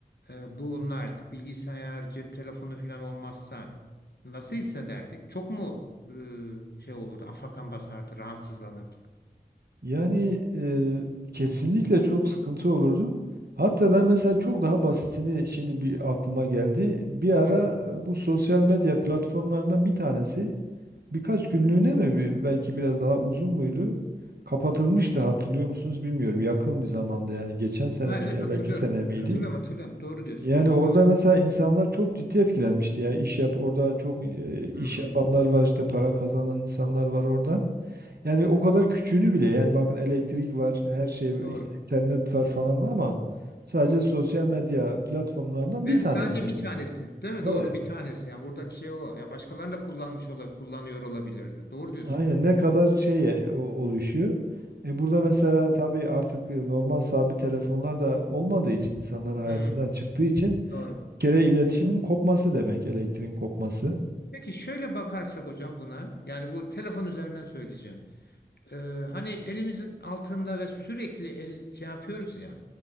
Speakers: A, on the left (about 75°); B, on the right (about 70°).
A: e, bunlar bilgisayar, cep telefonu falan olmazsa nasıl hissederdik? Çok mu e, şey olurdu, afakan basardı, rahatsızlanırdık?
B: Yani e, kesinlikle çok sıkıntı olurdu. Hatta ben mesela çok daha basitini şimdi bir aklıma geldi. Bir ara
A: Hı.
B: e, bu sosyal medya platformlarından bir tanesi birkaç günlüğüne mi bir- belki biraz daha uzun muydu? Kapatılmıştı hatırlıyor musunuz bilmiyorum. Yakın bir zamanda yani geçen sene
A: Ha,
B: miydi,
A: evet hatırlıyorum.
B: belki sene miydi?
A: Hatırlıyorum, hatırlıyorum. Doğru diyorsunuz.
B: Yani orada
A: Doğru.
B: mesela insanlar çok ciddi etkilenmişti ya. İş yap orada çok e, iş
A: Hmm,
B: yapanlar var işte para kazanan insanlar var oradan. Yani o kadar küçüğünü bile yani bakın elektrik var, her şey var,
A: doğru.
B: işte internet var falan var ama sadece sosyal medya platformlarından
A: Ben
B: bir tanesi
A: sadece bir
B: o da.
A: tanesi, değil mi?
B: Evet.
A: Doğru, bir tanesi. Yani buradaki şey o. Ya başkalarını da kullanmış olabilir, kullanıyor olabilirdi. Doğru diyorsunuz.
B: Aynen ne kadar şeye o- oluşuyor. E burada mesela tabii artık e, normal sabit telefonlar da olmadığı için insanların hayatından
A: Hı hı.
B: çıktığı için bir
A: Doğru.
B: kere iletişimin kopması demek elektriğin kopması.
A: Peki şöyle bakarsak hocam buna, yani bu telefon üzerinden söyleyeceğim. Ee, hani elimizin altında ve sürekli el, şey yapıyoruz ya,